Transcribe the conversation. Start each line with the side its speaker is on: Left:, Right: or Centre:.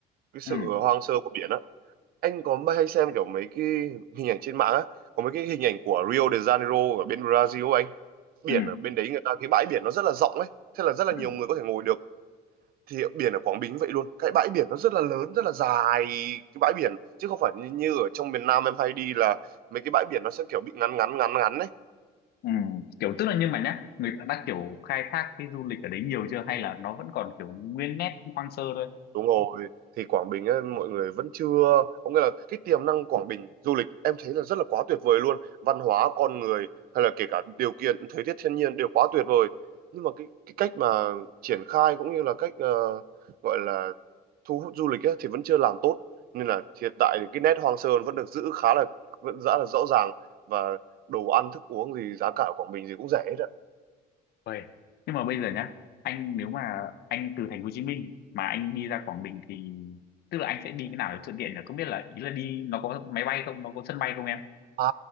Right: cái sự
Left: ừ
Right: hoang sơ của biển á anh có hay xem kiểu mấy cái hình ảnh trên mạng á có mấy cái hình ảnh của Rio de Janeiro ở bên Brazil ấy anh biển
Left: ừ
Right: ở bên đấy người ta cái bãi biển nó rất là rộng ấy thế là rất là nhiều
Left: ừ
Right: người có thể ngồi được thì biển ở Quảng Bình vậy luôn cái bãi biển nó rất là lớn rất là dài cái bãi biển chứ không phải như, như ở trong miền Nam em hay đi là mấy cái bãi biển nó sẽ kiểu bị ngắn ngắn ngắn ngắn ấy
Left: ừ. kiểu tức là nhưng mà nhá người ta đã kiểu khai thác cái du lịch ở đấy nhiều chưa hay là nó vẫn còn kiểu nguyên nét hoang sơ thôi
Right: Đúng rồi, thì Quảng Bình ấy, mọi người vẫn chưa có nghĩa là cái tiềm năng Quảng Bình du lịch em thấy là rất là quá tuyệt vời luôn, văn hóa, con người hay là kể cả điều kiện thời tiết thiên nhiên đều quá tuyệt vời. Nhưng mà cái cái cách mà triển khai cũng như là cách ờ, gọi là thu hút du lịch ấy, thì vẫn chưa làm tốt nên là hiện tại thì cái nét hoang sơ vẫn được giữ khá là vẫn rất là rõ ràng và đồ ăn thức uống gì giá cả ở Quảng Bình gì cũng rẻ hết
Left: Vậy. nhưng mà bây giờ nhá anh nếu mà anh từ thành phố Hồ Chí Minh mà anh đi ra Quảng Bình thì tức là anh sẽ đi cái nào để thuận tiện nhỉ không biết là ý là đi nó có máy bay không nó có sân bay không em
Right: À